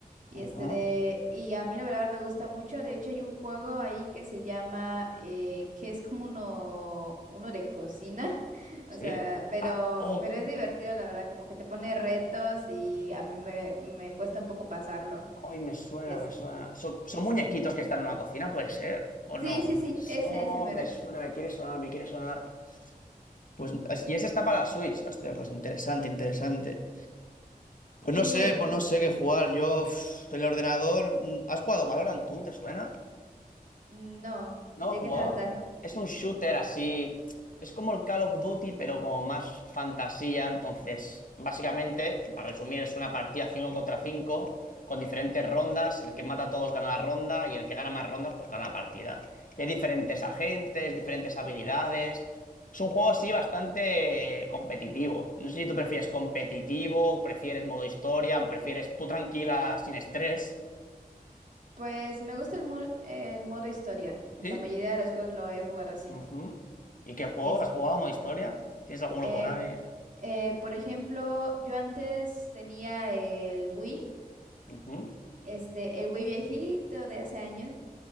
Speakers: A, on the right; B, on the left.
A: Y
B: Ajá.
A: este de, y a mí la verdad me gusta mucho. De hecho, hay un juego ahí que se llama, eh, que es como uno, uno de cocina. <laughs> O
B: Sí.
A: sea, pero,
B: Ah, oh,
A: pero es divertido, la verdad, como que te pone retos y a mí me, me cuesta un poco pasarlo.
B: Ay, me suena,
A: Este,
B: me suena. ¿Son,
A: este,
B: son muñequitos que están en una cocina, puede ser? ¿O no?
A: sí, sí, sí, ese,
B: Oh,
A: ese mero.
B: me suena, me quiere sonar, me quiere sonar. Pues, es- y ese está para la Switch. Hostia, pues interesante, interesante. Pues
A: Sí,
B: no sé,
A: es,
B: pues no sé qué jugar. Yo, uf, el ordenador. mm, ¿Has jugado Valorant tú? ¿Te suena?
A: no,
B: No,
A: ¿de
B: jugaba.
A: qué trata?
B: Es un shooter así. Es como el Call of Duty, pero como más fantasía. Entonces, básicamente, para resumir, es una partida 5 contra 5 con diferentes rondas. El que mata a todos gana la ronda y el que gana más rondas, pues gana la partida. Y hay diferentes agentes, diferentes habilidades. Es un juego así bastante competitivo. No sé si tú prefieres competitivo, prefieres modo historia, prefieres tú tranquila, sin estrés.
A: Pues me gusta el, mu- eh, el modo historia. En
B: Sí,
A: la mayoría de los juegos lo he jugado así.
B: Ujú. ¿Y qué juego?
A: Y es,
B: ¿Has jugado modo historia? ¿Tienes alguno
A: eh,
B: por ahí?
A: eh, por ejemplo, yo antes tenía el Wii,
B: Ujú,
A: este, el Wii viejito de hace años.